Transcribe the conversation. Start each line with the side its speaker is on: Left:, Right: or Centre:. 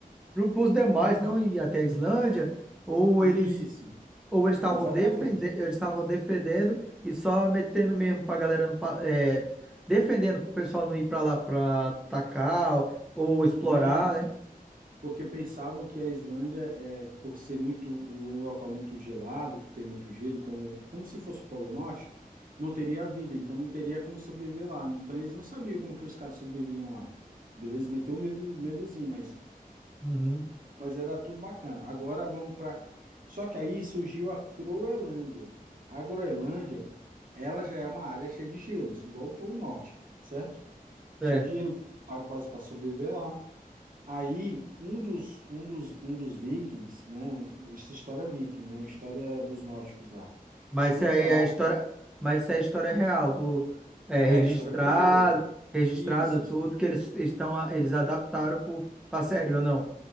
Centre: os demais não ir até a Islândia, ou
Right: Isso,
Centre: eles ou eles estavam
Right: exatamente.
Centre: defendendo, eles estavam defendendo e só metendo mesmo para a galera não, pa- é, defendendo para o pessoal não ir para lá para atacar ou, ou explorar,
Right: Isso.
Centre: né?
Right: Porque pensavam que a Islândia, é, por ser muito um local muito gelado, que tem muito gelo, como, como se fosse o Polo Norte, não teria vida, então não teria como sobreviver lá. Então eles não sabiam como que os caras sobreviviam lá. Beleza? Meteu um medo, medozinho, mas,
Centre: Uhum.
Right: mas era tudo bacana. Agora vamos para. Só que aí surgiu a Groenlândia. A Groenlândia, ela já é uma área cheia de gelos, igual o Polo Norte, certo?
Centre: É.
Right: cheio de gelo, tá quase para sobreviver lá. Aí um dos um dos um dos vikings, né? um- isso é história viking, né? História dos nórdicos lá.
Centre: Mas
Right: Um
Centre: isso aí
Right: cara,
Centre: é a história, mas isso é a história real do é, registrado,
Right: é história verdadeira.
Centre: registrado
Right: Isso,
Centre: tudo
Right: isso,
Centre: que eles estão eles adaptaram pro pra série ou não?